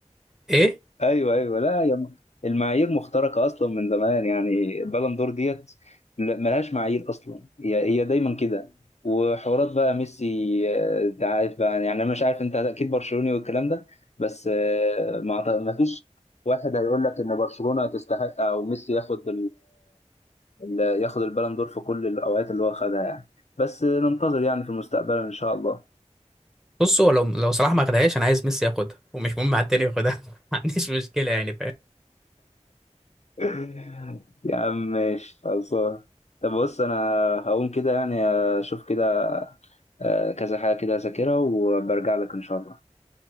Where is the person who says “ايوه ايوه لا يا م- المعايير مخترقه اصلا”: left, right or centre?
Left